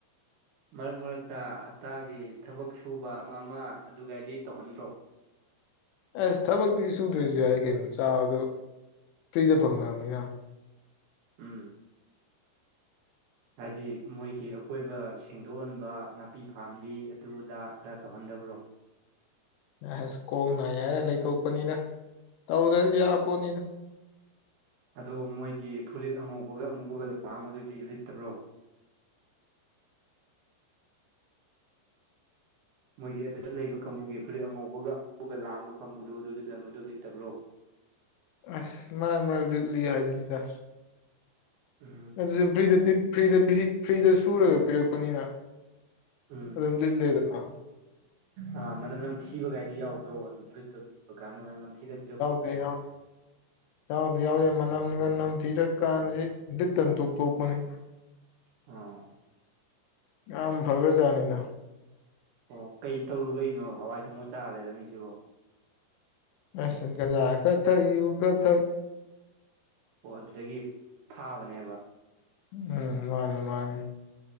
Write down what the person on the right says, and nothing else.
ꯃꯔꯛ ꯃꯔꯛꯇ ꯍꯞꯇꯥꯒꯤ ꯊꯕꯛ ꯁꯨꯕ ꯑꯃ ꯑꯃ ꯑꯗꯨꯥꯏꯗꯤ ꯇꯧꯍꯟꯗ꯭ꯔꯣ
ꯎꯝ ꯍꯥꯏꯗꯤ ꯃꯣꯏꯒꯤ ꯑꯀꯣꯏꯕ ꯁꯦꯡꯗꯣꯛꯍꯟꯕ ꯅꯥꯄꯤ ꯐꯍꯟꯕꯤ ꯑꯗꯨꯗꯥ ꯈꯔ ꯇꯧꯍꯟꯗꯕ꯭ꯔꯣ
ꯑꯗꯣ ꯃꯣꯏꯒꯤ ꯐꯨꯔꯤꯠ ꯑꯉꯧꯕꯒ ꯑꯃꯨꯕꯒ ꯂꯥꯡꯕꯗꯨꯗꯤ ꯂꯤꯠꯇꯕ꯭ꯔꯣ ꯃꯣꯏꯒꯤ ꯑꯗꯨꯗ ꯂꯩꯕ ꯀꯥꯡꯕꯨꯒꯤ ꯐꯨꯔꯤꯠ ꯑꯉꯧꯕꯒꯒ ꯂꯥꯡꯕ ꯀꯥꯡꯕꯨꯗꯨꯣ ꯑꯗꯨ ꯂꯤꯠꯂꯝꯟꯕꯗꯨꯣ ꯂꯤꯠꯇꯕ꯭ꯔꯣ
ꯎꯝ
ꯎꯝ
ꯑ ꯃꯅꯝ ꯅꯝ ꯊꯤꯕꯒꯥꯏꯗꯤ ꯌꯥꯎꯗ꯭ꯔꯣ ꯑꯗꯨ ꯈꯨꯨꯔꯤꯠꯇꯨ ꯀꯥꯟꯅꯕ ꯅ ꯊꯤꯗꯔꯣ
ꯑꯣ
ꯑꯣ ꯀꯩ ꯇꯧꯔꯨꯕꯩꯅꯣ ꯍꯋꯥꯏ ꯊꯣꯡꯕ ꯆꯥꯔ ꯂꯩꯔꯝꯃꯤꯁꯤꯕꯣ
ꯑꯣ ꯑꯗꯨꯗꯒꯤ ꯐꯥꯕꯅꯦꯕ